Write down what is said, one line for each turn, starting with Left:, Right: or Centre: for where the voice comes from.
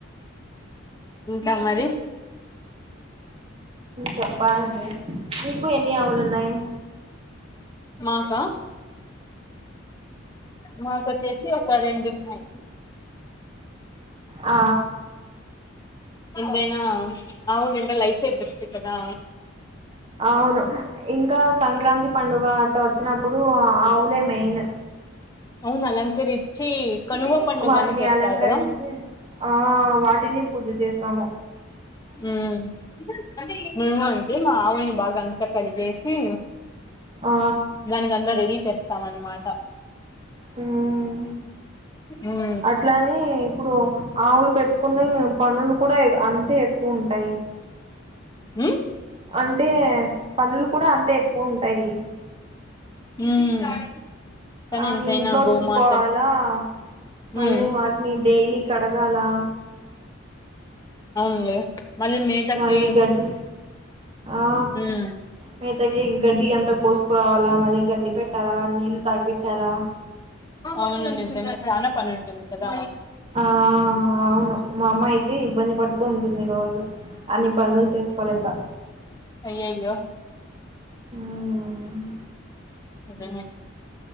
Left: ఇంకా మరి
Right: చెప్పాలండి మీకు ఎన్ని ఆవులు ఉన్నాయి
Left: మాకా మాకచ్చేసి ఒ క రెండున్నాయ్
Right: ఆ
Left: ఇందేనా ఆవు నిండ లైఫే బెస్ట్ కదా
Right: అవును ఇంకా సంక్రాంతి పండుగ అట్ వచ్చినప్పుడు ఆవులే మెయిన్
Left: అవును అలంకరించి కనుమ పండుగని
Right: వాటిని
Left: చెస్తారు
Right: అలంకరించి
Left: కదా
Right: ఆ వాటిని పూజ చేసాము
Left: ఉం <inaudible> ద మా ఆవుని బాగా అంతా కడిగేసి
Right: ఆ
Left: దానికందా రెడి చేస్త స్తమన్మాట
Right: హ్మ్
Left: ఉమ్
Right: అట్లాని ఇప్పుడు ఆవులు పెట్టుకునే పనులు కూడా అంతే ఎక్కువ ఉంటాయి
Left: ఉమ్
Right: అంటే పనులు కూడా అంతే ఎక్కువ ఉంటాయి
Left: ఉమ్ కానీ
Right: ఆ
Left: ఎంతైనా
Right: ఇంట్లో
Left: గోమాతని
Right: చూసుకోవాలా మళ్ళీ
Left: ఉమ్
Right: వాటిని డైలీ కడగాలా
Left: అవునులే మళ్ళీ మేతకి
Right: మళ్ళ గడ్డి ఆ
Left: ఉమ్
Right: మేతకి గడ్డి ఎంత కోస్త కోవాల మళ్ళి గడ్డి పెట్టాలా నీళ్లు తాపి చలా
Left: అవును నిజమే చాలా పని ఉంటుంది కదా
Right: ఆ అవును మా అమ్మ అయితే ఇబ్బంది పడుతూ ఉంటుంది రోజు అని పనులు చేసుకోలేక
Left: అయ్యయ్యో
Right: మ్మ్.
Left: <inaudible> అదే